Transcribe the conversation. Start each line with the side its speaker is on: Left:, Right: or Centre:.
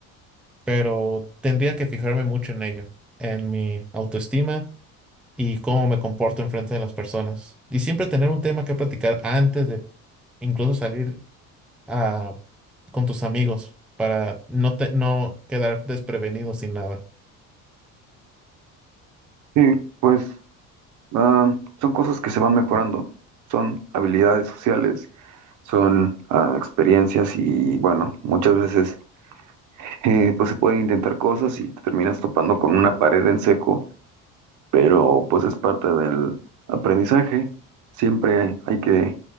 Centre: pero tendría que fijarme mucho en ello, en mi autoestima y cómo me comporto enfrente de las personas. Y siempre tener un tema que platicar antes de incluso salir a, con tus amigos para no, te- no quedar desprevenido sin nada.
Right: Sí, pues Ah, son cosas que se van mejorando, son habilidades sociales, son ah, experiencias y bueno, muchas veces eh, pues se pueden intentar cosas y te terminas topando con una pared en seco, pero pues es parte del aprendizaje. Siempre hay que